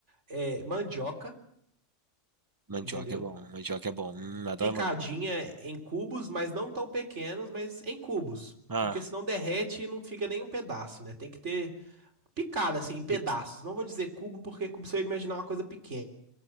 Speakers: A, on the right; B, on the right.
A: é, mandioca,
B: Mandioca
A: entendeu?
B: é bom, mandioca é bom. Hum, adoro
A: Picadinha
B: mandioca.
A: em cubos, mas não tão pequenos, mas em cubos.
B: Ah,
A: Porque senão derrete e não fica nem um pedaço, né? Tem que ter picada assim, em pedaços.
B: e,
A: Não vou dizer cubo, porque é como se eu imaginar uma coisa pequena.